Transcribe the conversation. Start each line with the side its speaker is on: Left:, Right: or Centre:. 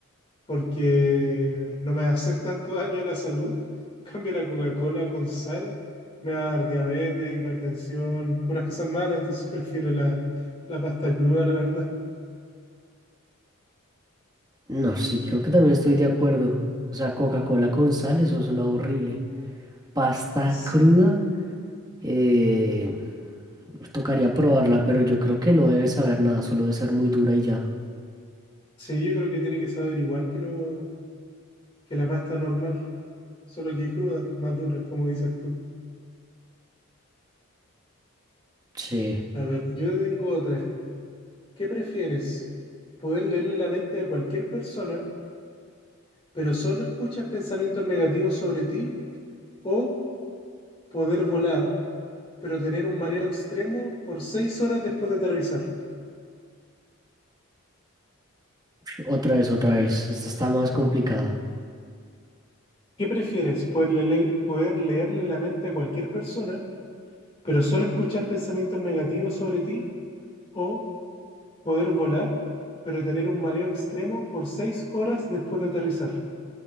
Left: porque no me va a hacer tanto daño a la salud. En Cambio la Coca-Cola con sal, me va a dar diabetes, hipertensión, puras cosas malas, entonces <laughs> prefiero la, la pasta cruda, la verdad. <laughs>
Right: No, sí, creo que también estoy de acuerdo. O sea, Coca-Cola con sal, eso suena horrible. Pasta
Left: Sí.
Right: cruda, eh, tocaría probarla, pero yo creo que no debe saber nada, solo debe ser muy dura y ya.
Left: Sí, yo creo que tiene que saber igual que lo, que la pasta normal. Solo que cruda, más dura, como dices tú.
Right: Sí,
Left: A ver, yo tengo otra. ¿Qué prefieres? ¿Poder leerle la mente a cualquier persona, pero solo escuchas pensamientos negativos sobre ti? ¿O poder volar, pero tener un mareo extremo por seis horas después de aterrizar?
Right: otra vez, otra vez. Esta está más complicada.
Left: ¿Qué prefieres? ¿Poder leer, poder leerle la mente a cualquier persona, pero solo escuchar pensamientos negativos sobre ti? ¿O poder volar, pero tener un mareo extremo por seis horas después de aterrizar?